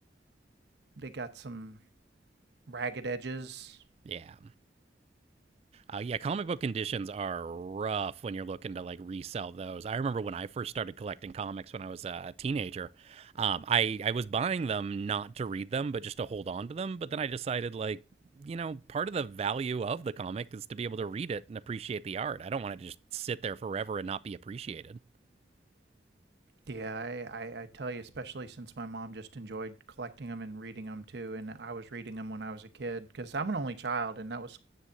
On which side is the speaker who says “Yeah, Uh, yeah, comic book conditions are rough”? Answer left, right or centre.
Right